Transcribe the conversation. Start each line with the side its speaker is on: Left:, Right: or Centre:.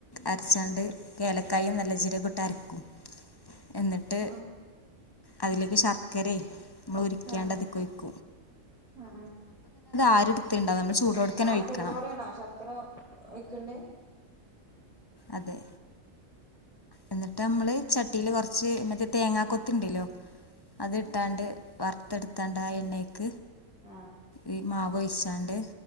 Left: അരച്ചാണ്ട് ഏലയ്ക്കായും നല്ല ജീരകവും ഇട്ട് അരയ്ക്കും എന്നിട്ട്
Centre: ആ ആ
Left: അതിലേക്ക് ശർക്കരയും ഉരുക്കി
Centre: ആ
Left: അതി <unintelligible>
Centre: ആ
Left: ആരെടുത്തിണ്ടാവും നമ്മൾ ചൂടോട്ക്കനെ
Centre: ആ
Left: ഒഴിക്കണം
Centre: ചൂടോടെ ആണോ ശർക്കര ഒഴിക്കേണ്ടേ
Left: അതേ എന്നിട്ട് നമ്മള് ചട്ടിയിൽ കുറച്ച് മറ്റേ തേങ്ങാക്കൊത്തുണ്ടല്ലോ അത് ഇട്ടാണ്ട് വറുത്ത എടുത്ത് എണ്ണയിൽ
Centre: ആ
Left: ഈ മാവ് ഒഴി ഒഴിച്ചാണ്ട്